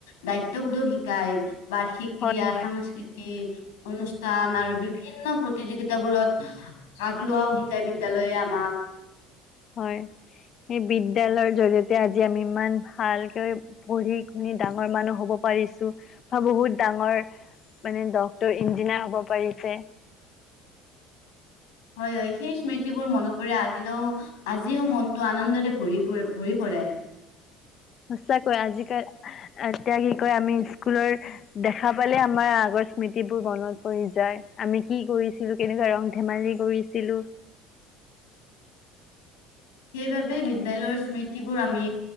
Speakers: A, on the left; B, on the left.
A: দায়িত্ববোধো শিকায় বা সিক্ৰিয়া
B: হয় হয়
A: সাংস্কৃতি অনুষ্ঠান আৰু বিভিন্ন প্ৰতিযোগিতাবোৰত ভাগ লোৱাও হি হে বিদ্যালয়ে আমাক
B: হয় সেই বিদ্যালয়ৰ জৰিয়তে আজি আমি ইমান ভালকে পঢ়ি শুনি ডাঙৰ মানুহ হব পাৰিছো বা বহুত ডাঙৰ মানে ডক্টৰ ইঞ্জিনিয়াৰ হব পাৰিছে
A: হয় হয় সেই স্মৃতিবোৰ মনত পৰি আজিলেও আজিও মনটো আনন্দৰে ভৰি ভৰি পৰে
B: সঁচাকৈ আজ কাল এতিয়া কি কয় আমি স্কুলৰ দেখা পালে আমাৰ আগৰ স্মৃতিবোৰ মনত পৰি যায় আমি কি কৰিছিলো কেনেকুৱা ৰং ধেমালি কৰিছিলো
A: সেইবাবে বিদ্যালয়ৰ স্মৃতিবোৰ আমি